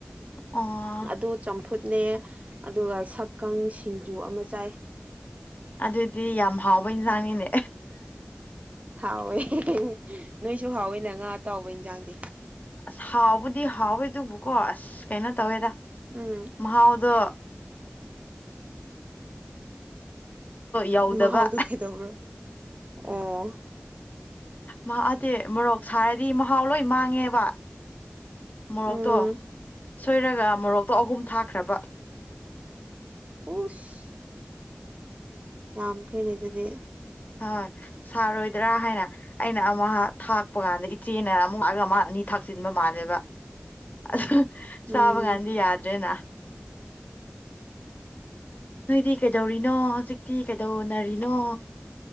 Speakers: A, on the left; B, on the right.
A: ꯑꯣ
B: ꯑꯗꫭ ꯆꯝꯐꯨꯠꯅꯦ ꯑꯗꯨꯒ ꯁꯛꯀꯪ ꯁꯤꯡꯖꯨ ꯑꯃ ꯆꯥꯏ꯫
A: ꯑꯗꯨꯗꯤ ꯌꯥꯝ ꯍꯥꯎꯕ ꯏꯟꯁꯥꯡꯅꯤꯅꯦ꯫
B: ꯍꯥꯎꯋꯦ ꯅꯣꯏꯁꯨ ꯍꯥꯎꯋꯦ ꯅ ꯉꯥ ꯑꯇꯥꯎꯕ ꯏꯟꯖꯥꯡꯗꯤ꯫
A: ꯑꯁ ꯍꯥꯎꯕꯨꯗꯤ ꯍꯥꯎꯋꯦ ꯑꯗꯨꯕꯨꯀꯣ ꯑꯁ ꯀꯩꯅꯣ ꯇꯧꯋꯦꯗ
B: ꯎꯝ
A: ꯃꯍꯥꯎꯗꯣ꯫ ꯌꯧꯗꯕ
B: ꯃꯥ ꯍꯥꯎꯗꯨ ꯀꯩꯗꯧꯕ꯭ꯔꯣ ꯑꯣ꯫
A: ꯃꯍꯥꯗꯤ ꯃꯣꯔꯣꯛ ꯁꯥꯔꯗꯤ ꯃꯍꯥꯎ ꯂꯣꯏ ꯃꯥꯡꯉꯦꯕ꯫ ꯃꯣꯔꯣꯛꯇꯣ
B: ꯎꯝ
A: ꯁꯣꯏꯔꯒ ꯃꯣꯔꯣꯛꯇꯣ ꯑꯍꯨꯝ ꯊꯥꯛꯈ꯭ꯔꯥꯕ꯫
B: ꯎꯁ ꯌꯥꯝꯈ꯭ꯔ‌ꯦꯅ‌ꯦ ꯑꯗꯨꯗꯤ꯫
A: ꯍꯣꯏ ꯁꯥꯔꯣꯏꯗ꯭ꯔꯥ ꯍꯥꯏꯅ ꯑꯩꯅ ꯑꯃ ꯊꯥꯛꯄ ꯀꯥꯟꯗ꯫ ꯆꯦꯅ ꯑꯃꯨꯛ ꯑꯒꯃꯥ ꯑꯅꯤ ꯊꯥꯛꯆꯤꯟꯕ ꯃꯥꯜꯂꯦꯕ ꯑꯗꯨꯒ꯫
B: ꯎꯝ
A: ꯆꯥꯕꯒꯤꯟꯗꯤ ꯌꯥꯗ꯭ꯔꯦꯅ꯫ ꯅꯣꯏꯗꯤ ꯀꯩꯗꯧꯔꯤꯅꯣ ꯍꯧꯖꯤꯛꯇꯤ ꯀꯩꯗꯧꯅꯔꯤꯅꯣ꯫